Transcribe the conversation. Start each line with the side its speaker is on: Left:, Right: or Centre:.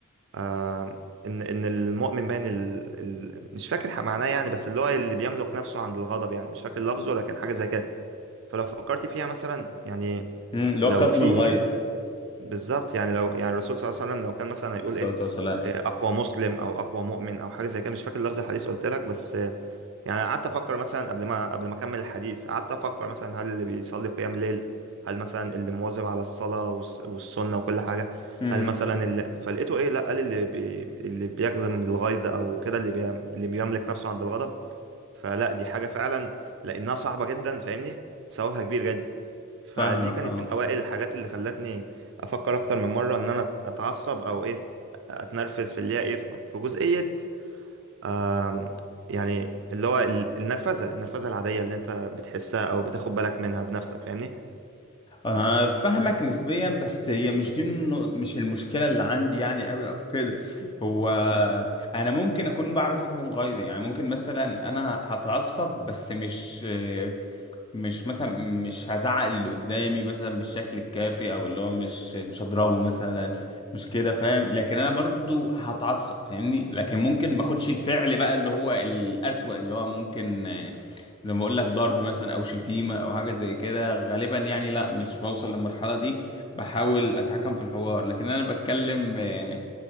Right: آه ان ان المؤمن باين ال... ال... مش فاكر ح- معناه يعني بس اللي هو اللي بيملك نفسه عند الغضب يعني مش فاكر لفظه لكن حاجه زي كده فلو فكرت فيها مثلا يعني
Left: مم، اللي
Right: لو
Left: هو كظم
Right: في
Left: الغيظ
Right: بالظبط يعني لو يعني الرسول صلى الله عليه وسلم لو كان مثلا
Left: عليه
Right: هيقول
Left: الصلاة
Right: ايه
Left: والسلام
Right: آه، اقوى مسلم او اقوى مؤمن او حاجه زي كده مش فاكر لفظ الحديث قلت لك بس يعني قعدت افكر مثلا قبل ما قبل ما اكمل الحديث قعدت افكر مثلا هل اللي بيصلي قيام ليل هل مثلا اللي مواظب على الصلاة والس- والسنة وكل حاجة
Left: مم،
Right: هل مثلا اللي فلقيته ايه لا قال اللي بي... اللي بيكظم الغيظ او كده اللي بي... اللي بيملك نفسه عند الغضب فلا دي حاجة فعلا لانها صعبة جدا فاهمني ثوابها كبير جدا فدي
Left: فاهمك
Right: كانت
Left: اه
Right: من اوائل الحاجات اللي خلتني افكر اكتر من مرة ان انا اتعصب او ايه اتنرفز في اللي هي ايه في في جزئية آم، يعني اللي هو ال- النرفزة النرفزة العادية اللي انت بتحسها او بتاخد بالك منها بنفسك فاهمني
Left: آه، فاهمك نسبيا بس هي مش دي النق- مش المشكلة اللي عندي يعني قوي او كده هو انا ممكن اكون بعرف اكتم غيظي يعني ممكن مثلا انا هتعصب بس مش مش مثلا مش هزعق اللي قدامي مثلا بالشكل الكافي او اللي هو مش مش هضربه مثلا مش كده فاهم لكن انا برضو هتعصب فاهمني لكن ممكن ما اخدش الفعل بقى اللي هو الأسوأ اللي هو ممكن آه، زي ما بقول لك ضرب مثلا او شتيمة او حاجة زي كده غالبا يعني لا مش بوصل للمرحلة دي بحاول اتحكم في الحوار لكن انا بتكلم آه،